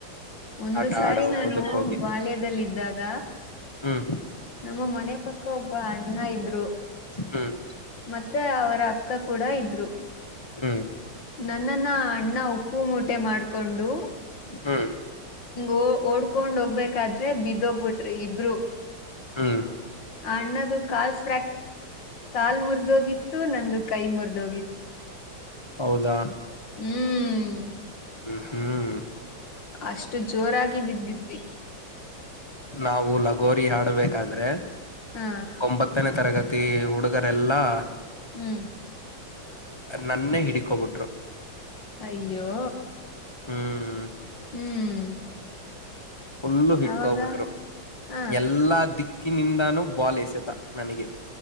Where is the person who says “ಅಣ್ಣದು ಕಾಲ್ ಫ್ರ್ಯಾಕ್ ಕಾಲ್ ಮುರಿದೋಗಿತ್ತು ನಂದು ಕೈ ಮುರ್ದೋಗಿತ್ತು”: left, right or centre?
Left